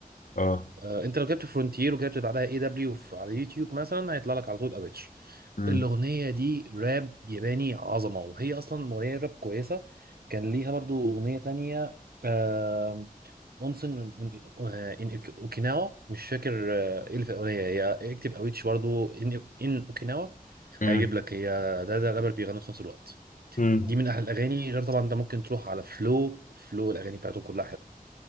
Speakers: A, on the left (about 60°); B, on the right (about 85°).
A: اه
B: آه، انت لو جبت فرونتير وجبت بعدها اي دبليو على اليوتيوب مثلا هيطلع لك على طول اويتش
A: امم
B: الاغنيه دي راب ياباني عظمه وهي اصلا اغنيه راب كويسه كان ليها برضو اغنيه تانية آه، اونسن ان اوكيناوا مش فاكر آه، ايه اللي في الاغنيه هي اكتب اويتش برضو ان ان اوكيناوا
A: امم
B: هيجيب لك هي ده ده رابر بيغني في نفس الوقت
A: امم
B: دي من احلى الاغاني غير طبعا انت ممكن تروح على فلو فلو الاغاني بتاعته كلها